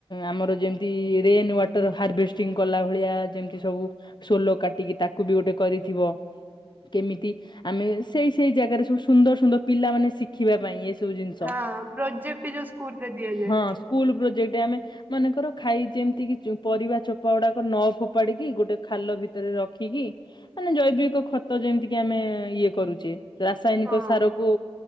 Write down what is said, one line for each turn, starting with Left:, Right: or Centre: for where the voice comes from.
Left: ଆମର ଯେମିତି ରେନ ୱାଟର ହାରଭେଷ୍ଟିଂ କଲା ଭଳିଆ ଯେମିତି ସବୁ ସୋଲୋ କାଟିକି ତାକୁ ବି ଗୋଟେ କରିଥିବ କେମିତି ଆମେ ସେଇ ସେଇ ଜାଗାରେ ସବୁ ସୁନ୍ଦର ସୁନ୍ଦର ପିଲା ମାନେ ଶିଖିବା ପାଇଁ ଜିନ
Right: ହଁ ପ୍ରୋଜେକ୍ଟ ଯୋଉ ସ୍କୁଲରେ ଦିଆଯାଏ।
Left: ହଁ ସ୍ଲ ପ୍ରଜେକ୍ଟ ଆମେ <inaudible> ମନେକର ଖାଇ ଯେମିତି କି ପରିବା ଚୋପା ଗୁଡାକ ନ ଫୋପାଡିକି ଗୋଟେ ଖାଲ ଭିତରେ ରଖିକି ମାନେ ଜୈବିକ ଖତ ଯେମିତି କି ଆମେ ଇଏ କରୁଛେ ରାସାୟନିକ
Right: ହଁ
Left: ସାର କୁ